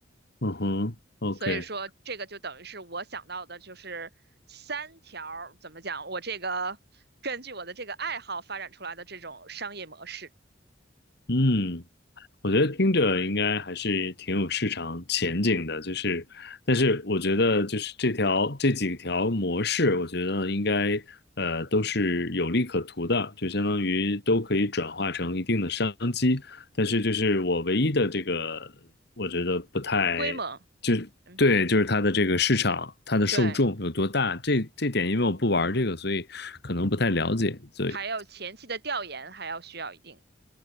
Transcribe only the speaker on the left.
嗯哼，OK，
嗯，我觉得听着应该还是挺有市场前景的，就是，但是我觉得就是这条这几条模式，我觉得应该呃都是有利可图的，就相当于都可以转化成一定的商机，但是就是我唯一的这个，我觉得不太
对，就是它的这个市场，它的受众有多大，
这这点因为我不玩这个，所以可能不太了解，所以。